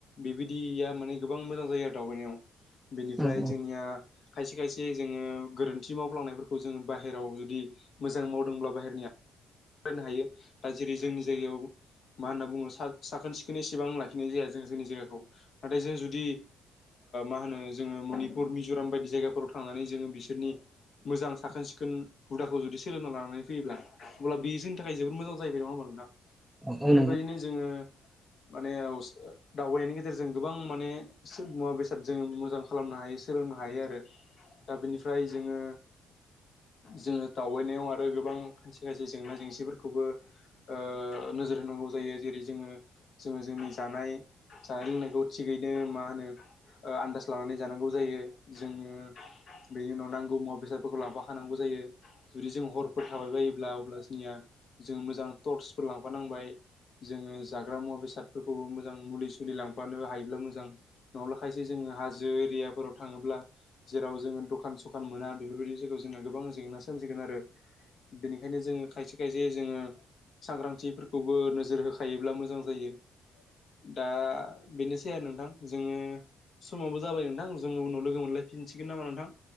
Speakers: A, on the left; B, in the centre.
A: बेबायदिया माने गोबां मोजां जायो आरो दावबायनायाव बेनिफ्राय
B: औ नंगौ नोंथां औ औ
A: जोंनिया खायसे खायसे जोङो गोरोन्थि मावफ्लांनायफोरखौ जोङो बाहेरायाव जुदि मोजां मावदोंब्ला बाहेरनि फरायनो हायो दा जेरै जोंनि जायगायाव। मा होनना बुङो साखोन सिखोनै एसेबां लाखिनाय जाया जों जोंनि जायगाखौ नाथाय जों जुदि मा होनो जोङो मनिपुर मिज'राम बायदि जायगाफोराव थांनानै जोङो बिसोरनि मोजां साखोन सिखोन हुदाखौ जुदि सोलोंना लानानै फैयोब्ला अब्ला बेजोंनि थाखाय जोबोद मोजां जाहैबाय नङा होनबा नोंथा?
B: औ औ जागोन
A: दा बेबायदिनो जोङो माने दावबायनायनि गेजेरजों गोबां माने मुवा बेसादजों जों मोजां खालामनो हायो सोलोंनो हायो आरो। दा बेनिफ्राय जोङो जोङो दावबायनायाव आरो गोबां जेंना जेंसिफोरखौबो ओ नोजोर होनांगौ जायो जेरै जोङो जोङो जोंनि जानाय जानाय लोंनायखौ थिगैनो मा होनो ओ आन्दाज लानानै जानांगौ जायो जोङो बेनि उनाव नांगौ मुवा बेसादफोरखौ लांफाखानांगौ जायो जुदि जों हरफोर थाबाय बायोब्ला अब्ला जोंनिया जों मोजां टर्सफोर लांफानांबाय जोङो जाग्रा मुवा बेसादफोरखौबो मोजां मुलि सुलि लांफानो हायोब्ला मोजां नङाब्ला खायसे जोङो हाजो एरियाफोराव थाङोब्ला जेराव जोङो दखान सखान मोना बेफोरबायदि जायगायाव जोंना गोबां जेंना सोमजिगोन आरो बेनिखायनो जोङो खायसे खायसे जोङो सांग्रांथिफोरखौबो नोजोर होखायोब्ला मोजां जायो। दा बेनोसै आरो नोंथां जोङो समाबबो जाबाय नोंथां जोङो उनाव लोगो मोनलायफिनसिगोन नामा नोंथां?